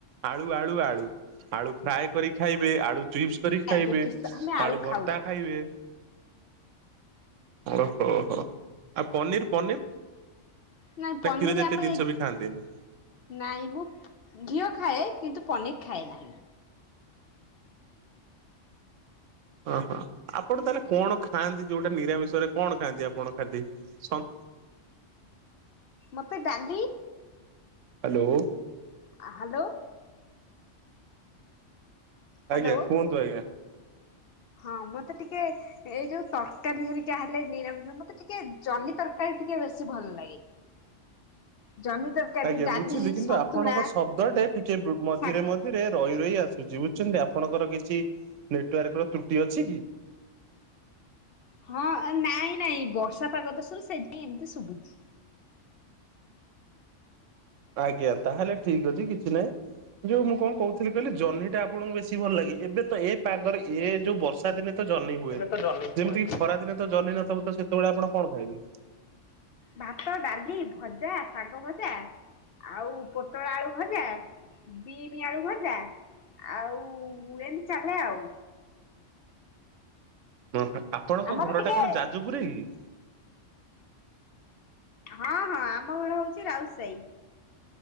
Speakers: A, on the right; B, on the left.
A: ଆଳୁ, ଆଳୁ, ଆଳୁ! ଆଳୁ ଫ୍ରାଏ୍ କରି ଖାଇବେ। ଆଳୁ ଚିପ୍ସ କରି ଖାଇବେ,
B: ଡାଇବେଟିସ୍ ଆମେ
A: ଆଳୁ ଭର୍ତ୍ତା
B: ଖାଉନା
A: ଖାଇବେ। ଓହୋ! ହୋ! ଆଉ, ପନିର୍ ପନିର୍?
B: ନାଇଁ ପନିର
A: ନା, କ୍ଷୀର ଜାତୀୟ
B: ଆମେ
A: ଦିନିଷ ବି ଖାଆନ୍ତିନି?
B: ନାଇଁ ମୁଁ ଘିଅ ଖାଏ କିନ୍ତୁ ପନିର ଖାଏ ନା।
A: ଓହୋ ଆପଣ ତାହେଲେ କଣ ଖାଆନ୍ତି ଯୋଉଟା ନିରାମିଷରେ କଣ ଖାଆନ୍ତି ଆପଣ ଖାନ୍ତି ସ
B: ମତେ ଡାଲି
A: ହାଲୋ।
B: ଆ ହାଲୋ। ହାଲୋ
A: ଆଜ୍ଞା କୁହନ୍ତୁ ଆଜ୍ଞା।
B: ହଁ ମତେ ଟିକେ ଏ ଯୋଉ ତର୍କାରୀ ହେରିକା ହେଲେ ନିରାମିଷ ମତେ ଟିକେ ଯନ୍ନି ତର୍କାରୀ ଟିକେ ବେଶୀ ଭଲ ଲାଗେ। ଜହ୍ନି ତରକାରୀ
A: ଆଜ୍ଞା
B: ଡାଲି
A: ବୁଝିଲି କିନ୍ତୁ
B: ସନ୍ତୁଳା
A: ଆପଣଙ୍କ ଶବ୍ଦଟେ ଟିକେ ମଝିରେ
B: ଶାଗ
A: ମ ରେ ରହି ରହି ଆସୁଛି। ବୁଝୁଛନ୍ତି? ଆପଣଙ୍କର କିଛି ନେଟୱାର୍କର ତ୍ରୁଟି ଅଛି କି?
B: ହଁ, ନାଇଁ ନାଇଁ। ବର୍ଷା ପାଗ ଦିଶୁରୁ, ସେଇଥିପାଇଁ ଏମିତି ଶୁଭୁଛି।
A: ଆଜ୍ଞା, ତାହେଲେ ଠିକ୍ ଅଛି। କିଛି ନାହିଁ। ଯୋଉ ମୁଁ କଣ କହୁଥିଲି କହିଲି, ଜହ୍ନିଟା ଆପଣଙ୍କୁ ବେଶୀ ଭଲ ଲାଗେ। ଏବେ ତ ଏ ପାଗରେ, ଏ ଯୋଉ ବର୍ଷା ଦିନେ ତ ଜହ୍ନି ହୁଏ।
B: ହେଲେ ତ ଜହ୍ନି
A: ଯେମିତି
B: ହୁଏ।
A: କି ଖରା ଦିନ ତ ଜହ୍ନି ନଥିବ, ତ ସେତେବେଳେ ଆପଣ କଣ ଖାଇବେ?
B: ଭାତ, ଡାଲି, ଭଜା, ଶାଗ ଭଜା, ଆଉ, ପୋଟଳ ଆଳୁ ଭଜା ବିମି ଆଳୁ ଭଜା ଆଉ, ଏମି ଚାଲେ ଆଉ।
A: ହଁ ହଁ। ଆପଣଙ୍କ
B: ଆମର
A: ଘରଟା
B: ଟିକେ
A: କଣ ଯାଜପୁରେ କି?
B: ହଁ, ହଁ, ଆମ ଘର ହଉଛି ରାଉସାହି।